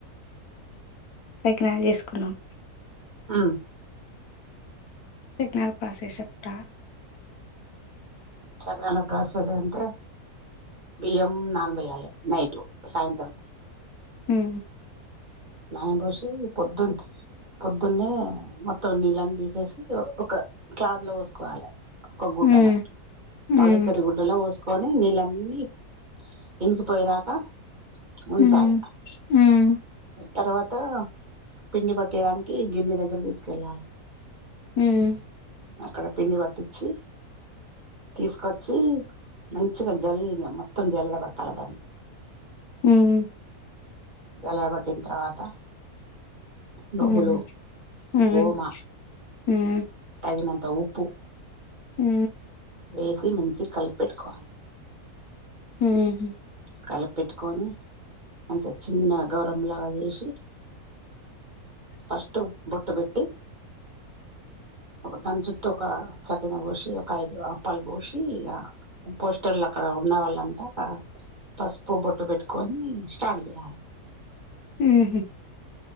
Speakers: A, on the left; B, on the right.
A: సకనాలు చేసుకున్నాం
B: ఆ
A: సిగ్నల్ పాస చెప్త
B: చకనాల ప్రాసెస్ అంటే బియ్యం ననభైళ నైట్ సాయంత్రం
A: హ్మ్
B: నా బసే పొద్దున్ పొద్దున్నే మొత్తం నీళ్లన్నీ తీశేశి ఒక క్లాత్ లో పోసుకోవాలే ఒక గుడ్డల
A: హ్మ్ హ్మ్
B: పలసటి గుడ్డల వోస్ కొని నీళ్ళన్నీ ఎనికిపోయేదాకా ఉంచాలే
A: హ్మ్ హ్మ్
B: తర్వాత పిండి పట్టేయడానికి గిర్ని దగ్గర తీసుకెళ్ళాలి
A: హ్మ్
B: అక్కడ పిండి పట్టించి తీసుకొచ్చి మంచిగా జల్ మొత్తం జెల్లేడ పట్ట కలగం
A: హ్మ్
B: జలా పట్టిన తర్వాత నువ్వులు
A: హ్మ్ హ్మ్
B: ఓమా
A: హ్మ్
B: తగినంత ఉప్పు
A: ఉ
B: వేసి మంచి కలిపి పెట్టుకోవాలే
A: హ్మ్
B: కలిపెట్టుకొని అంత చిన్న గౌరంలాగా చేశి ఫాస్టు బొట్టు పెట్టి ఒక దాని చుట్టూ ఒక చకిన పోసి ఒక ఐదు అప్పాలు పోసి ఆ పోస్టర్లు అక్కడ ఉన్న వాళ్ళంతా పసుపు బొట్టు పెట్టుకొని స్టార్ట్ చేయాలె
A: ఊహూ